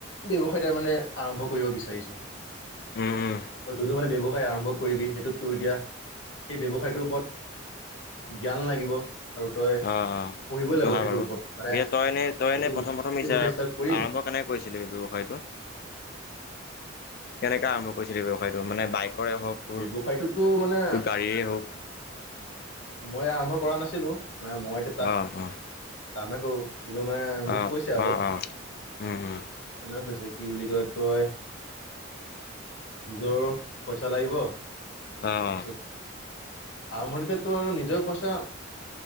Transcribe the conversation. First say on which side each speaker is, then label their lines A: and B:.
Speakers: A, on the left (about 70°); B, on the left (about 50°).
A: ব্যৱসায়ী তাৰ মানে আৰম্ভ কৰিব বিচাৰিছো
B: উম, উম,
A: যদিও মানে বয়স আৰম্ভ কৰিবি সেইটো তো এতিয়া সেই ব্যৱসায়টোৰ ওপৰত জ্ঞান লাগিব। আৰু তই
B: অ', অ',
A: পঢ়িবই
B: সেইটো
A: লাগিব
B: হা
A: সেইটোৰ
B: বাৰু
A: ওপৰত মানে
B: এয়া তই এনে তই এনে
A: এইটো
B: প্ৰথম প্ৰথম
A: ব্যৱসায় ষ্টাৰ্ট কৰিম
B: আৰম্ভ কেনে কৰিছিলি ব্যৱসায়টো
A: <unintelligible>
B: কেনেকে আৰম্ভ কৰিছিলে ব্যৱসায়টো মানে বাই কৰে হওঁক তোৰ
A: ব্যৱসায়টোতো মানে
B: তোৰ গাড়ীৰে হওঁক।
A: মই আৰম্ভ কৰা নাছিলোঁ মানে মই এতিয়া তাত
B: অ', অ',
A: কামেই কৰোঁ। কিন্তু মানে মোক
B: অ',
A: কৈছে আৰু
B: অ', অ', উম, উম,
A: এনেকে কৈছে। কি বুলি কয় তই নিজৰ পইচা লাগিব।
B: অ',
A: পাছত আৰম্ভণিতে। তোৰ আৰু নিজৰ পইচা